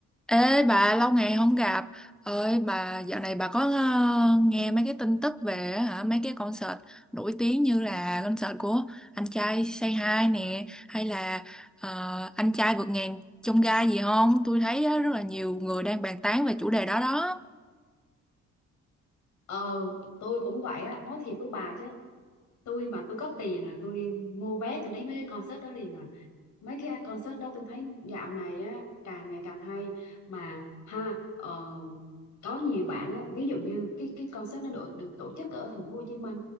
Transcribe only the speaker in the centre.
Ê bà lâu ngày không gặp ơi bà dạo này bà có ờ, nghe mấy cái tin tức về hả mấy cái concert nổi tiếng như là concert của anh trai Say Hi nè hay là ờ, anh trai vượt ngàn chông gai gì không tôi thấy á, rất là nhiều người đang bàn tán về chủ đề đó đó